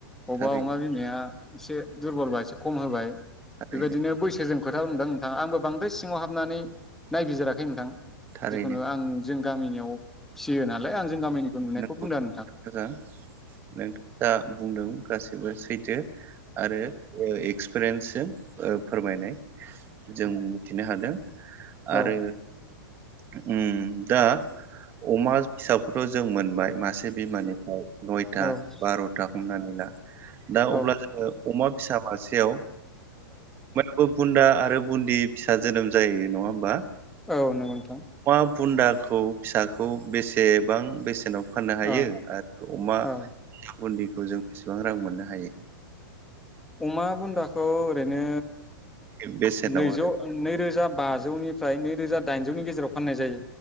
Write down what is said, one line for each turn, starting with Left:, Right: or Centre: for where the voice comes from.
Centre: बबा
Right: थारैनो
Centre: अमा बिमाया एसे दुरबलबा एसे खम होबाय।
Right: थारैनो
Centre: बेबायदिनो बैसोजों खोथा दंदां नोंथां आंबो बांद्राय सिङाव हाबनानै नायबिजिराखै नोंथां।
Right: थारैनो
Centre: जिखुनु आं जों गामिनियाव फिसियो नालाय आं। जों गामिनिखौ नुनायखौ
Right: मोजां
Centre: बुंदों आरो
Right: नोंथां जा बुंदों गाससिबो सैथो। आरो ओ एक्सपिरियेन्स जों फोरमायनाय जों मिथिनो
Centre: नोंथां
Right: हादों। आरो
Centre: औ
Right: उम दा अमा फिसाखौथ जों मोनबाय मासे मासे बिमानिफ्राय नयथा
Centre: उम
Right: बारथा हमनानै ला दा
Centre: औ
Right: अब्ला जोङो अमा फिसा मासेयाव ओ बुन्दा आरो बुन्दि फिसा जोनोम जायो नङा होमबा
Centre: औ नंगौ नोंथां थां
Right: अमा बुन्दाखौ फिसाखौ बेसेबां बेसेनाव फाननो हायो
Centre: औ
Right: आरो अमा
Centre: औ
Right: बुन्दिखौ जों बिसेबां रां मोननो हायो
Centre: अमा बुन्दाखौ ओरैनो
Right: बेसेनाव
Centre: नैजौ
Right: आरो
Centre: नैरोजा बाजौनिफ्राय नैरोजा दाइनजौनि गेजेराव फाननाय जायो